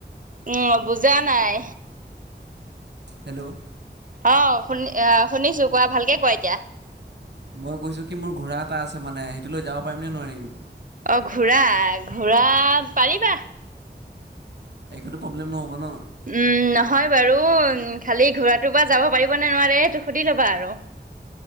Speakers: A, on the right; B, on the right.
A: উম বুজা নাই
B: হেল্ল'
A: অ শুনি আহ শুনিছো কোৱা ভালকে কোৱা এতিয়া
B: মই কৈছো কি মোৰ ঘোঁৰা এটা আছে মানে সেইটো লৈ যাব পাৰিম নে নোৱাৰিম?
A: অঁ, ঘোঁৰা, ঘোঁৰা পাৰিবা।
B: একোতো প্ৰব্লেম নহ'ব ন!
A: উম, নহয় বাৰু, ঘোঁৰাটো বা যাব পাৰিবনে নোৱাৰে সেইটো সুধি ল'বা আৰু।